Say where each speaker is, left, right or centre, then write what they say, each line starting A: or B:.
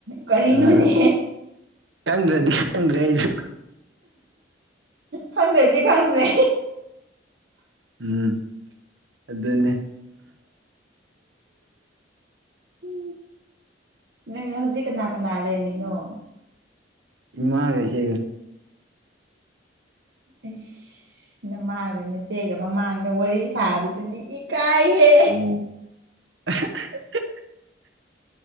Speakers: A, on the right; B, on the right.
A: ꯀꯔꯤꯅꯣꯅꯦ
B: ꯎꯝ ꯀꯪ꯭ꯔꯦꯗꯤꯪ꯭ꯔꯦꯁꯨ
A: ꯈꯟ꯭ꯔꯗꯤ ꯈꯟ꯭ꯔꯦ
B: ꯎꯝ ꯑꯗꯨꯗꯟꯅꯦ
A: ꯎ ꯅꯪ ꯍꯧꯖꯤꯛ ꯀꯅꯥ ꯀꯅꯥ ꯂꯩꯔꯤꯅꯣ
B: ꯏꯃ ꯀꯁꯦ
A: ꯑꯁ ꯅꯃꯥꯒ ꯅꯆꯦꯒ ꯃꯃꯥꯡꯗ ꯋꯥꯔꯤ ꯁꯥꯕꯁꯤꯅꯤ ꯏꯀꯥꯏ ꯍ
B: ꯑꯣ <inaudible>